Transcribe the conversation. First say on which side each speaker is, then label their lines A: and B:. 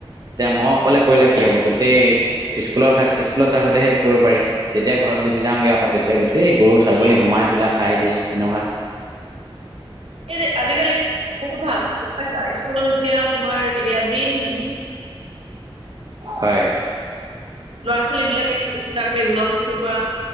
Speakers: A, on the right; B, on the right.
A: এতিয়া মই
B: উম।
A: অকলে কৰিলে কি হ'ব, গোটেই স্কুলত থাকো স্কুলত থাকোতে সেইটো কৰিব পাৰি। যেতিয়া ঘৰত গুচি যাওঁগে আকৌ তেতিয়া গোটেই গৰু-ছাগলী সোমাই পেলাই খাই দিয়ে তেনেকুৱা।
B: এই আজিকালি <unintelligible> ভাল পছা স্কুলত যেতিয়া তোমাৰ এইয়া মেইন
A: হয়।
B: ল'ৰা-ছোৱালী বিলাকে <unintelligible>